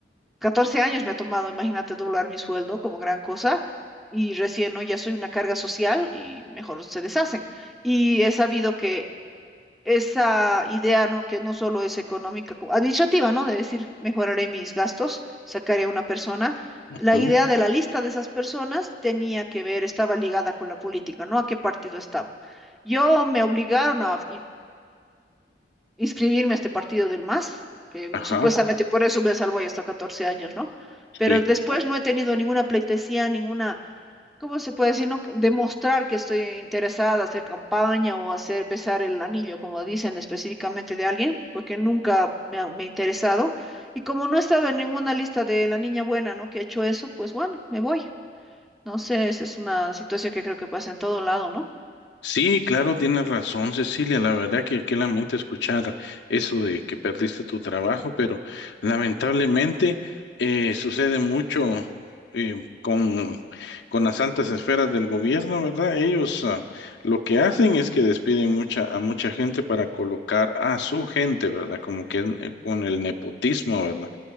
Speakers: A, in the centre; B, on the left.
A: 14 años me ha tomado, imagínate, doblar mi sueldo como gran cosa y recién ¿no? ya soy una carga social y mejor se deshacen. Y he sabido que esa idea, ¿no? que no solo es económica, como administrativa, ¿no? De decir, mejoraré mis gastos, sacaré a una persona.
B: ujú,
A: La idea de la lista de esas personas tenía que ver, estaba ligada con la política, ¿no? A qué partido estaba. Yo me obligaron a, inscribirme a este partido del MAS, que mm,
B: Ajá,
A: supuestamente por eso me salvo ahí hasta 14 años, ¿no? Pero
B: sí.
A: después no he tenido ninguna pleitesía, ninguna, ¿cómo se puede decir? No? Demostrar que estoy interesada, hacer campaña o hacer besar el anillo, como dicen específicamente de alguien, porque nunca me ha, me ha interesado. Y como no he estado en ninguna lista de la niña buena, ¿no? Que ha hecho eso, pues bueno, me voy. No sé, esa es una situación que creo que pasa en todo lado, ¿no?
B: Sí, claro, tienes razón, Cecilia. La verdad que qué lamento escuchar eso de que perdiste tu trabajo, pero lamentablemente eh, sucede mucho eh, con, con las altas esferas del gobierno, ¿verdad? Ellos ah, lo que hacen es que despiden mucha, a mucha gente para colocar a su gente, ¿verdad? Como que eh, con el nepotismo, ¿verdad?